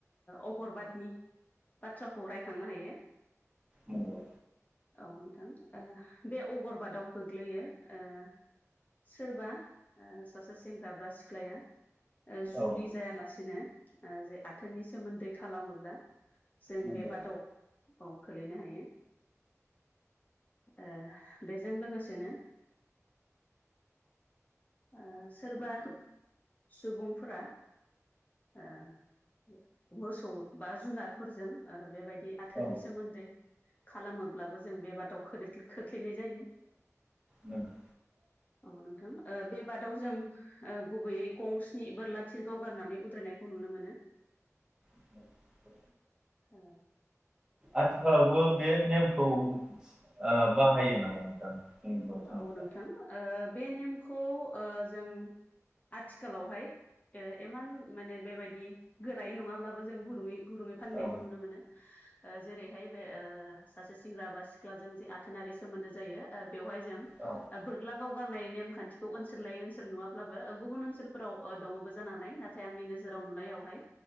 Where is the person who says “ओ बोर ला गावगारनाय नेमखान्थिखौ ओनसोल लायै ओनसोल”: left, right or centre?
Left